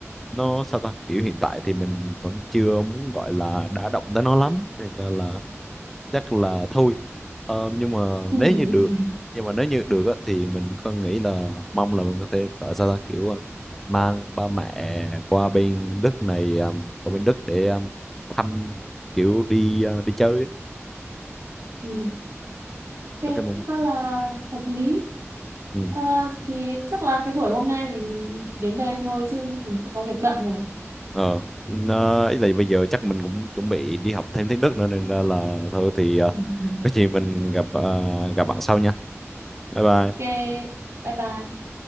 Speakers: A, in the centre; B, on the right (about 65°).
A: nó sao ta kiểu hiện tại thì mình vẫn chưa muốn gọi là đã động tới nó lắm nên là chắc là thôi Ờ, nhưng mà
B: Ừ.
A: nếu
B: <laughs>
A: như được nhưng mà nếu như được á, thì mình có nghĩ là mong là mình có thể ở sao ta kiểu ờ, mang ba mẹ qua bên Đức này ờ, qua bên Đức để ờ, thăm kiểu đi ờ, đi chơi á.
B: ừ. cái
A: Ở cái mong
B: cũng khá là hợp lý
A: ừ.
B: Ờ, thì chắc là cái buổi hôm nay mình đến đây thôi chứ mình cũng có việc bận rồi.
A: ờ nó ý là bây giờ chắc mình cũng chuẩn bị đi học thêm tiếng Đức nữa nên ra là thôi thì ờ,
B: <laughs>
A: có gì mình gặp ờ, gặp bạn sau nha bye bye
B: Ok, bye bye.